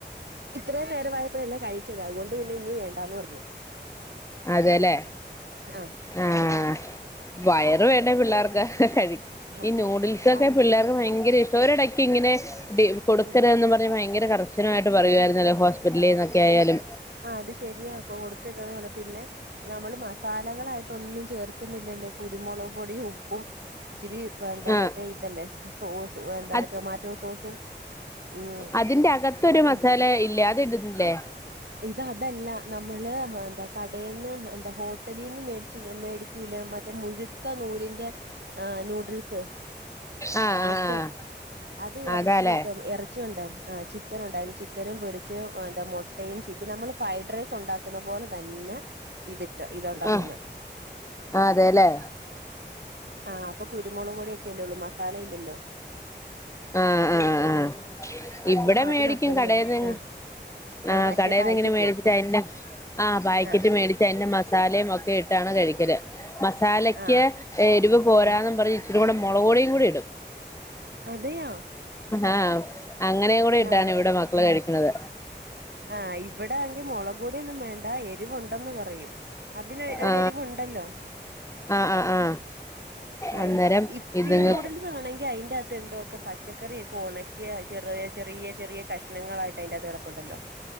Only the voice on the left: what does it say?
അതെല്ലേ
ആഹ് വയറ് വേണ്ടെ പിള്ളാർക്ക് കഴി
ഈ നൂഡിൽസൊക്കെ
പിള്ളാർ ഭയങ്കര ഇഷ്ടാ ഒരോടെയ്ക്ക് ഇങ്ങനെ <unintelligible> കൊടുക്കരുതന്നും
പറഞ്ഞ് ഭയങ്കര കർശനവായിട്ട് പറയുവാര്ന്നല്ലോ ഹോസ്പിറ്റലിന്നൊക്കെയായാലും
ആഹ്
അത്
അതിന്റെ അകത്തൊരു
മസാല ഇല്ലേ അത് ഇടുന്നില്ലേ
ആഹ്
ആഹ് ആഹ്
അതാല്ലേ
ആഹ് അതെല്ലേ
ആഹ് ആഹ് ആഹ്
ഇവെടെ
മേടിക്ക്യും
കടേന്ന്
ആഹ്
കടേന്ന്
ഇങ്ങനെ മേടിച്ചിട്ട് അയിന്റെ ആഹ് പായ്ക്ക്യറ്റ്
മേടിച്ച് അയിന്റെ മസാലയും ഒക്കെ ഇട്ടാണ് കഴിക്കല് മസാലക്ക്യ്
ഏഹ് എരിവ് പോരാന്നും
പറഞ്ഞ് ഇച്ചിരി കൂടെ മൊളക്പൊടിം കൂടെ ഇടും
ആഹ് അങ്ങനേം കൂടെ ഇട്ടാണ്
ഇവ്ടെ മക്കള് കഴിക്ക്ണത്
ആ
ആ ആ ആ
അന്നേരം
ഇത്ങ്ങ